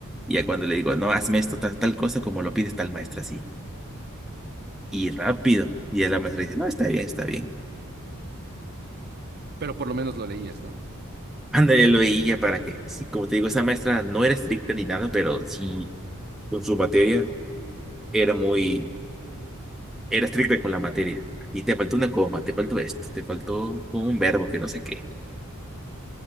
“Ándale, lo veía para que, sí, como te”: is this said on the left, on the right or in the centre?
Centre